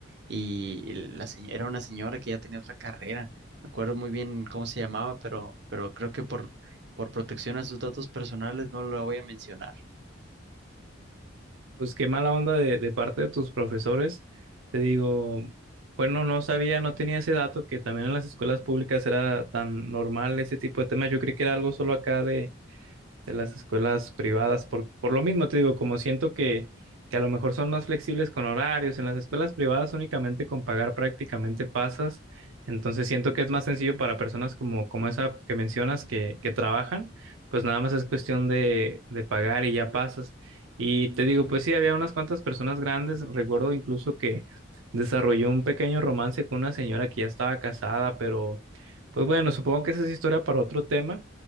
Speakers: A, on the right (about 60°); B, on the right (about 85°).
A: Y la señora, era una señora que ya tenía otra carrera, me acuerdo muy bien cómo se llamaba, pero, pero creo que por por protección a sus datos personales no lo voy a mencionar.
B: Pues qué mala onda de, de parte de tus profesores. Te digo, bueno, no sabía, no tenía ese dato que también en las escuelas públicas era tan normal ese tipo de temas. Yo creí que era algo solo acá de las escuelas privadas, por, por lo mismo te digo, como siento que, que a lo mejor son más flexibles con horarios, en las escuelas privadas únicamente con pagar prácticamente pasas, entonces siento que es más sencillo para personas como, como esa que mencionas que, que trabajan, pues nada más es cuestión de, de pagar y ya pasas. Y te digo, pues sí, había unas cuantas personas grandes, recuerdo incluso que desarrolló un pequeño romance con una señora que ya estaba casada, pero pues bueno, supongo que esa es historia para otro tema.